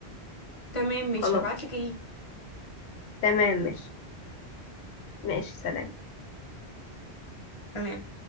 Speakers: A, on the left; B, on the left.
A: تمام مش
B: خلاص
A: هبعت لك اللينك.
B: تمام ماشي ماشي سلام
A: تمام